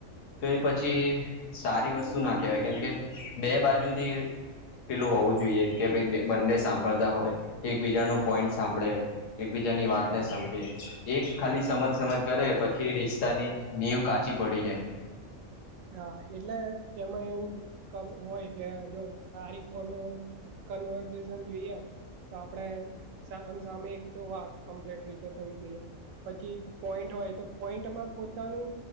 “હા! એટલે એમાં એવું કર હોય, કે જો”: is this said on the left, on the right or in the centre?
Right